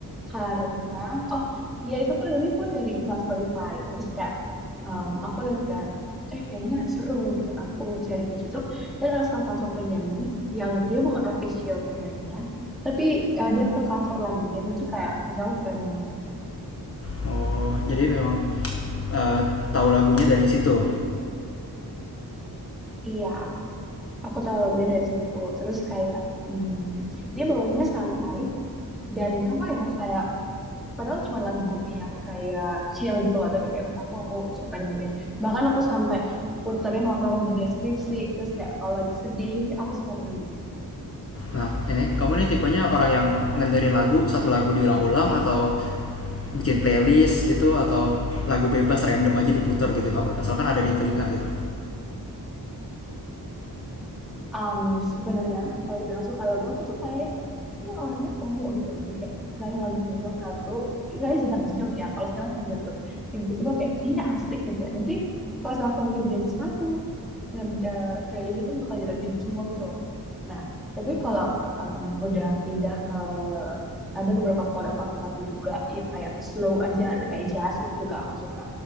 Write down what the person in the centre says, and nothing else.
karena oh iya itu aku dengerin pun dari iklan Spotify. Terus kayak em, aku lihat kan eh kayaknya seru gitu. Aku cari ke YouTube dan ada salah satu penyanyi yang dia bukan official penyanyinya, tapi eh, dia ke cover lagunya dan itu kayak menurut aku keren banget.
Iya, aku tahu lagunya dari situ. Terus kayak hmm, dia bawainnya santai dan apa ya kayak Padahal cuma lagu yang kayak chill gitu loh, tapi kayak menurut aku aku suka dengernya. Bahkan aku sampai puterin waktu aku kerja skripsi, terus kayak kalau lagi sedih, aku suka dengerin itu.
Um, sebenarnya kalau dibilang suka lagu, aku tuh kayak orangnya FOMO gitu loh. Jadi kayak misalnya lagu muncul satu, misalnya jedak jeduk ya, kalau sekarang pernah jeduk, tiba-tiba kayak kayaknya asik gitu ya. Nanti pas aku ngerjain sesuatu, nge eh, playlist itu bakal jebak-jebak semua gitu loh. Nah, tapi kalau em, udah pindah ke ada beberapa favorit favorit lagu juga yang kayak slow aja atau kayak jazz itu juga aku suka.